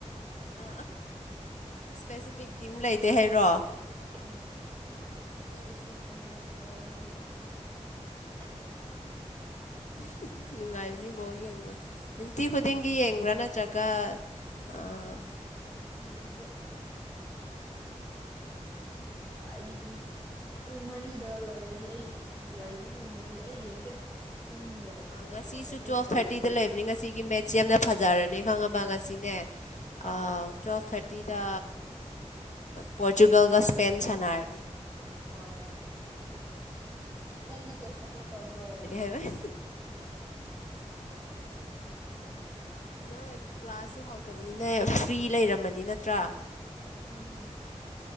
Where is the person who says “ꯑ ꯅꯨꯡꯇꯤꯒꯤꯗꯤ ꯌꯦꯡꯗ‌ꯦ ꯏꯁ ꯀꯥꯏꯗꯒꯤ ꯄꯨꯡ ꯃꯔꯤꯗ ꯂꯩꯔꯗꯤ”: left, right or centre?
Left